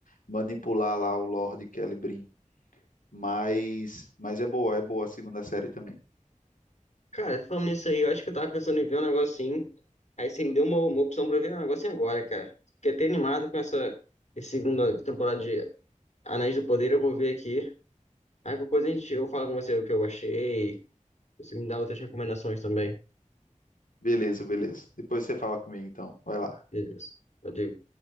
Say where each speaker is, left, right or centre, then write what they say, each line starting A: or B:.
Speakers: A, on the left; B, on the left.
A: manipular lá o Lord Celebrim. Mas, mas é boa, é boa a segunda série também.
B: Cara, falando nisso aí, eu acho que eu tava pensando em ver um negocinho. Aí você me deu uma, uma opção pra ver um negocinho agora, cara. Fiquei até animado com essa, essa segunda temporada de Anéis do Poder, eu vou ver aqui. Aí qualquer coisa a gente, eu falo com você o que eu achei. Você me dá outras recomendações também.
A: Beleza, beleza. Depois você fala comigo então. Vai lá.
B: Beleza. Valeu.